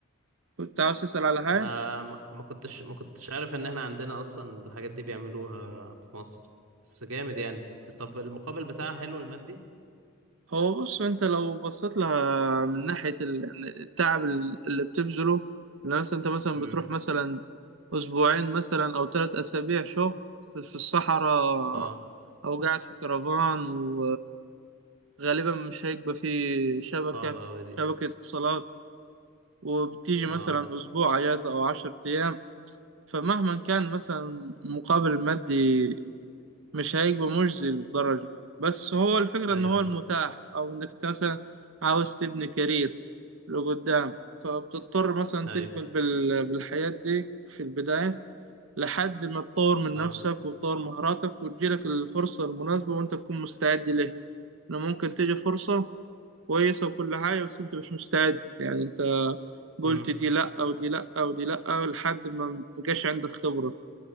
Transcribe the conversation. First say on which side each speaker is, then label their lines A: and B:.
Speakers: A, on the right; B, on the right.
A: كنت عاوز تسأل على حاجة
B: انا ما ما كنتش ما كنتش عارف ان احنا عندنا اصلا الحاجات دي بيعملوها في مصر بس جامد يعني بس طب المقابل بتاعها حلو المادي
A: هو بص أنت لو بصيت لها من ناحية ال- التعب اللي بتبذله إن مثلا أنت مثلا
B: امم
A: بتروح مثلا أسبوعين مثلا أو ثلاث أسابيع شغل في في الصحراء
B: اه
A: أو قاعد في كرفان غالبا مش هيبقى فيه شبكة
B: صعبة اوي دي
A: شبكة اتصالات وبتيجي مثلا
B: اه
A: أسبوع أجازة أو عشر أيام فمهما كان مثلا مقابل مادي مش هيبقى مجزي للدرجة بس هو الفكرة
B: ايوه
A: إن هو
B: صح
A: المتاح أو إنك أنت مثلا عاوز تبني كارير لقدام فبتضطر مثلا
B: ايوه
A: تقبل بال- بالحياة دي في البداية لحد ما تطور من
B: اه
A: نفسك وتطور مهاراتك وتجيلك الفرصة المناسبة وأنت تكون مستعد ليه. إنه ممكن تيجي فرصة كويسة وكل حاجة بس أنت مش مستعد يعني أنت قلت
B: امم
A: دي لأ ودي لأ ودي لأ لحد ما مبقاش عندك خبرة